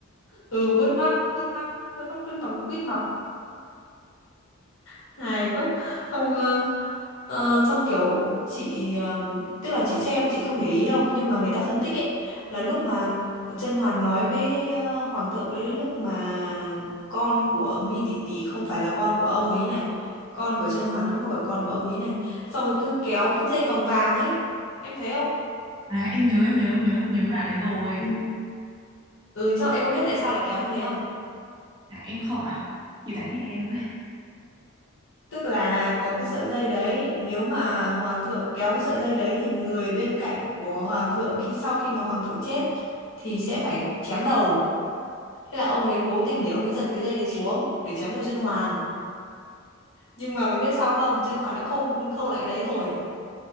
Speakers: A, on the left (about 65°); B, on the right (about 20°).
A: ừ vuốt mắt vuốt mắt vuốt mắt cứ móng quít mập hài quá xong ờ, ờ, xong kiểu chị ờ, tức là chị xem chị không để ý đâu nhưng mà người ta phân tích ấy là lúc mà Chân Hoàn nói với ờ, Hoàng thượng cái lúc mà con của Mi Tỷ Tỷ không phải là con của ông ấy này con của Chân Hoàn cũng không phải con của ông ấy này xong rồi cứ kéo cái dây vòng vàng ấy em thấy không
B: à em nhớ em nhớ em nhớ em nhớ cái đoạn đấy rồi
A: Ừ. ừ trong em có biết tại sao lại kéo như thế không
B: à, em không à chị giải thích cho em với
A: Tức là có cái sợi dây đấy, nếu mà hoàng thượng kéo cái sợi dây đấy thì người bên cạnh của hoàng thượng khi sau khi mà hoàng thượng chết thì sẽ phải chém đầu. Thế là ông ấy cố tình để ông ấy giật cái dây đấy xuống để chém đầu chân hoàn. Nhưng mà mày biết sao không? Chân hoàn đã khâu cái- khâu lại cái đấy rồi.